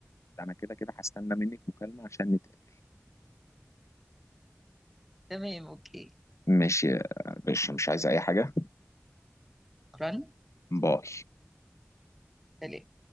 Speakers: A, on the left; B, in the centre.
A: انا كده كده هستنى منك مكالمة عشان نتقابل
B: تمام اوكي
A: ماشي يا باشا مش عايز اي حاجة
B: شكرا
A: باي
B: سليم